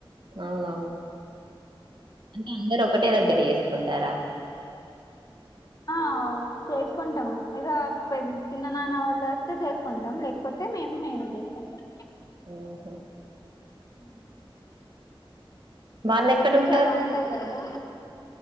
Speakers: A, on the right (about 55°); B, on the left (about 40°).
A: అవునవును అంటే అందరు ఒకటే దగ్గర వేసుకుంటారా
B: ఆ చేసుకుంటాం ఇక <unintelligible> చిన్న నాన్న వాళ్ళు వస్తే చేసుకుంటాం లేకపోతే మేము మేము చేసుకుంటాం
A: ఉహు
B: హ్మ్మ్
A: వాళ్ళు ఎక్కడ
B: బుల్సలా
A: ఉంటారు
B: ఉంటాయి కదా